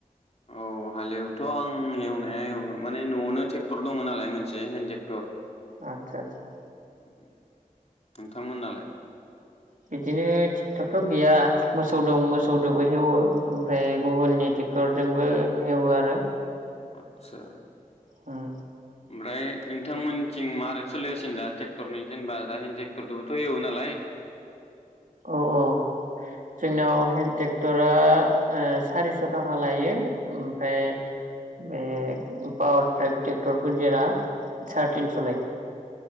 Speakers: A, on the left (about 50°); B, on the right (about 70°).
A: औ हालेवथ' आं एवनाया एवो, माने न'आवनो ट्रेक्टर दङ नालाय मोनसे, हेन्द ट्रेक्टर।
B: आतसा आसा।
A: उम। नोंथांमोन नालाय?
B: बिदिनो ट्रेक्टरथ' गैया मोसौ दं मोसौजोंबो हेवो ओमफ्राय गुबुननि ट्रेक्टरजोंबो हेवो आरो।
A: आतसा।
B: उम
A: ओमफ्राय। नोंथांमोनथिं मारै सोलिगासिनो दा ट्रेक्टरनि जेनबा दा हेन ट्रेक्टरबोथ' एवोनालाय?
B: औ-औ जोंनियाव
A: औ
B: हेन्द ट्रेक्टर आ सारिस' थाखा लायो, ओमफ्राय बे पावार ट्रेक ट्रेक्टर गिदिरा साराय तिनस' लायो।